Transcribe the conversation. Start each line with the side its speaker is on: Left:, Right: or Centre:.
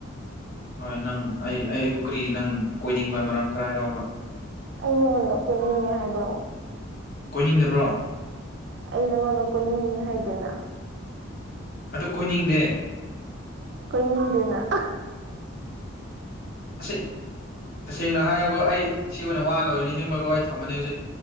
Left: ꯍꯣꯏ ꯅꯪ ꯑꯩ ꯑꯩꯕꯨ ꯀ꯭ꯔꯤꯒꯤ ꯅꯪ ꯀꯣꯏꯅꯤꯡꯕ ꯃꯔꯝ ꯈꯔ ꯍꯥꯏꯔꯥꯎꯕ
Right: ꯑꯩ ꯅꯉꯣꯟꯗ ꯀꯣꯏꯅꯤꯡꯉꯦ ꯍꯥꯏꯕ꯭ꯔꯣ
Left: ꯀꯣꯏꯅꯤꯡꯗꯕ꯭ꯔꯣ
Right: ꯑꯩ ꯅꯉꯣꯟꯗ ꯀꯣꯏꯅꯤꯡꯉꯦ ꯍꯥꯏꯗꯦꯅ
Left: ꯑꯗꯨ ꯀꯣꯏꯅꯤꯡꯗꯦ
Right: ꯀꯣꯏꯅꯤꯡꯗꯦꯅ <unintelligible>
Left: ꯑꯁꯦꯡ ꯇꯁꯦꯡꯅ ꯍꯥꯏꯔꯒꯣ ꯑꯩ ꯁꯤ ꯑꯣꯏꯅ ꯋꯥ ꯂꯣꯏꯔ ꯅꯤꯡꯁꯤꯡꯕꯒꯣ ꯑꯩ ꯊꯝꯃꯅꯤ ꯍꯧꯖꯤꯛ